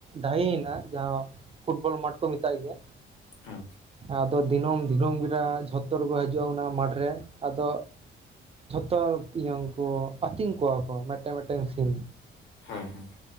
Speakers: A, on the right; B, on the left.
A: ᱰᱟᱦᱤ ᱦᱮᱱᱟᱜ ᱡᱟᱦᱟᱸ ᱯᱷᱩᱴᱵᱚᱞ ᱢᱟᱴᱷ ᱠᱚ ᱢᱮᱛᱟᱜ ᱜᱮᱭᱟ᱾
B: ᱦᱮᱸ
A: ᱟᱫᱚ ᱫᱤᱱᱟᱹᱢ ᱫᱱᱟᱹᱢ ᱵᱮᱲᱟ ᱡᱷᱚᱛᱚᱨᱠᱚ ᱦᱤᱡᱩᱜᱼᱟ ᱚᱱᱟ ᱢᱟᱴᱷᱨᱮ ᱟᱫᱚᱼᱼ ᱛᱚ ᱤᱭᱟᱹᱠᱩ ᱟᱹᱛᱤᱝ ᱠᱚᱣᱟ ᱠᱚ ᱢᱤᱫᱴᱮᱱ ᱢᱤᱫᱫᱴᱮᱱ ᱥᱤᱢᱼᱼ
B: ᱦᱩᱸ ᱦᱩᱸᱼᱼ